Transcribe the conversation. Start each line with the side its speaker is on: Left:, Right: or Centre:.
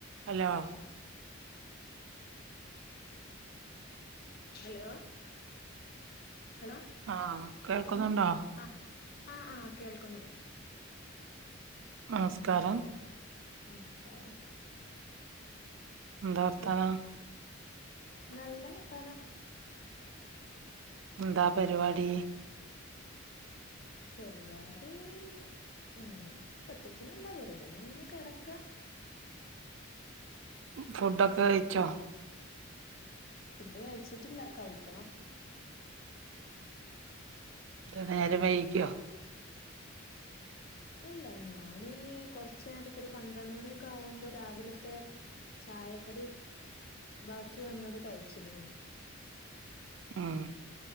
Right: Hello
Left: hello hello
Right: ആഹ് <unintelligible> ക്കുന്നുണ്ടോ
Left: ആഹ് ആഹ് അ അ കേൾക്കുന്നുണ്ട്
Right: നമസ്കാരം
Left: നംസ്കാരം
Right: എന്താ വർത്താനം
Left: നല്ല വർത്താനം
Right: എന്താ പരിപാടി
Left: പരിപാടി അങ്ങനെ പ്രത്യേകിച്ചൊന്നുല്ല വെറുതനിങ്ങനെ കിടക്കാ
Right: ഫുഡൊക്കെ കയിച്ചോ
Left: ഫുഡ് കഴിച്ചിട്ടില്ല കയിക്കണം
Right: <unintelligible> നേരെ വൈകിയോ
Left: ഇല്ല ഞാന് കൊറച്ച് നേരത്തൊരു പന്ത്രണ്ട് മണിയൊക്കെ ആവുമ്പോ രാവിലത്തെ ചായക്കടി ബാക്കി വന്നത് കഴിച്ചിരു
Right: മം